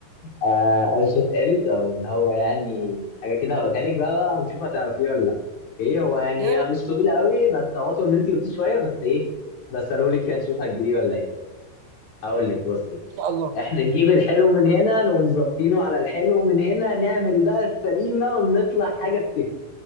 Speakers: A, on the left (about 70°); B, on the right (about 85°).
A: آه قرشة قالت او اللي هو يعني حاجه كده هقولها لك بقى بقى ونشوف هتعرفيه ولا لا ايه هو يعني
B: يا رب
A: مش طويل قوي بس هو طول ان انت قلتيه شويه بس ايه بس قالوا لك كده نشوف هتجيبيه ولا ايه هقول لك بصي
B: ان شاء الله
A: احنا نجيب الحلو من هنا نقوم ظابطينه على الحلو من هنا نعمل بقى السليمه ونطلع حاجه تك